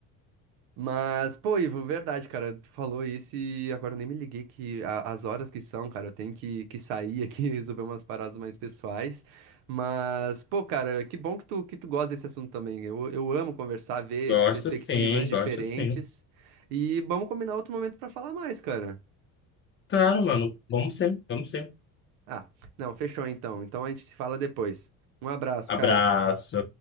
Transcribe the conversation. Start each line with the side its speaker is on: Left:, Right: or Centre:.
Right: Mas, pô, Ivo, verdade, cara, tu falou isso e agora eu nem me liguei que a- as horas que são, cara, eu tenho que, que sair aqui <laughs> e resolver umas paradas mais pessoais. Mas, pô, cara, que bom que tu, que tu gosta desse assunto também. Eu, eu amo conversar, ver
Left: Gosto
Right: perspectivas
Left: sim,
Right: diferentes.
Left: gosto sim.
Right: E vamos combinar outro momento pra falar mais, cara.
Left: Claro, mano, vamos sim, vamos sim.
Right: Ah, não, fechou então. Então a gente se fala depois. Um abraço,
Left: Abraço.
Right: cara.